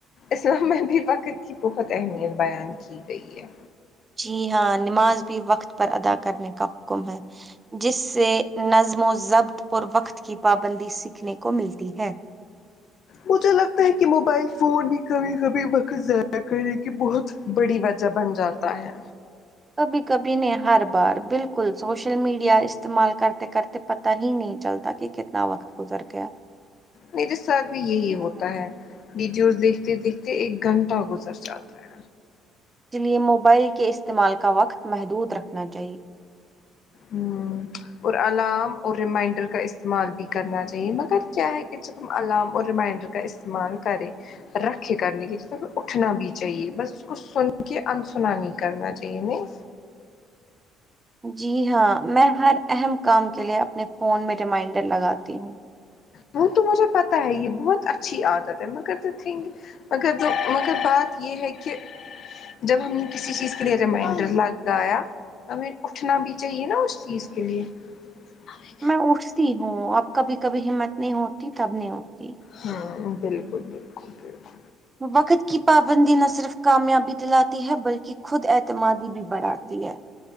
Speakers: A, on the left; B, on the right.
A: اسلام میں بھی وقت کی بہت اہمیت بیان کی گئی ہے
B: جی ہاں نماز بھی وقت پر ادا کرنے کا حکم ہے جس سے نظم و ضبط پر وقت کی پابندی سیکھنے کو ملتی ہے
A: مجھے لگتا ہے کی موبائل فون بھی کبھی کبھی وقت ضائع کرنے کی بہت بڑی وجہ بن جایتا تا ہے
B: کبھی کبھی نے ہر بار بالکل سوشل میڈیا استعمال کرتے کرتے پتا ہی نہیں چلتا کی کتنا وقت گزر گیا
A: میرے ساتھ بھی یہی
B: اس
A: ہوتا ہے ویڈیوز دیکھتے دیکھتے ایک گھنٹہ گزر جاتا ہے
B: جے لیے موبائل کے استعمال کا وقت محدود رکھنا چاہیے
A: آمم اور علام اور ریمائنڈر کا استعمال بھی کرنا چاہیے مگر کیا ہے کہ جب علام اور ریمائنڈر کا استعمال کریں رکھکے کرنی سب اٹھنا بھی چاہیے بس اس کو سن کے ان سنا نہیں کرنا چاہیے نہیں
B: جی ہاں میں ہر اہم کام کے لیے اپنے فون میں ریمائنڈر لگاتی ہوں
A: وہ تو مجھے پتاہ ہے یے بہت اچھی عادت ہے مگر دا تھنگ اگر دو مگر بات یے ہے کہ جب ہم نے کسی چیز کے لے ریمائنڈر لگایا تو ہمیں اٹھنا بھی چاہیے نا اس چیز کے لے ہمیں
B: میں اٹھتی ہوں اب کبھی کبھی ہمت نہیں ہوتی تب نہیں اٹھتی
A: ہاں بالکل بالکل بالکل
B: وقت کی پابندی نہ صرف کامیابی دلاتی ہے بلکی خود اعتمادی بھی بڑھاتی ہے